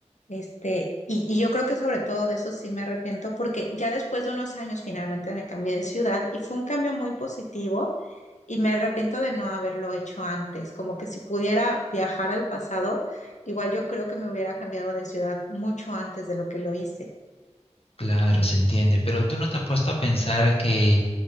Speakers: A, on the left; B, on the left.
A: Este, y, y yo creo que sobre todo de eso sí me arrepiento porque ya después de unos años finalmente me cambié de ciudad y fue un cambio muy positivo y me arrepiento de no haberlo hecho antes, como que si pudiera viajar al pasado, igual yo creo que me hubiera cambiado de ciudad mucho antes de lo que lo hice.
B: Claro, se entiende, pero tú no te has puesto a pensar que,